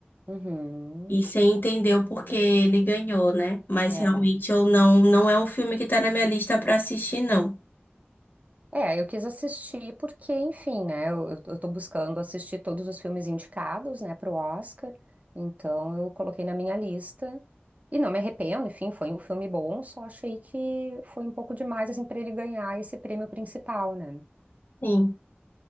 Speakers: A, on the right; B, on the left.
A: uhum,
B: E você entendeu porque ele ganhou, né? Mas
A: é.
B: realmente eu não, não é um filme que tá na minha lista pra assistir, não.
A: É, eu quis assistir porque, enfim, né? Eu, eu tô buscando assistir todos os filmes indicados, né, pro Oscar. Então eu coloquei na minha lista. E não me arrependo, enfim, foi um filme bom, só achei que foi um pouco demais, assim, para ele ganhar esse prêmio principal, né?
B: Sim,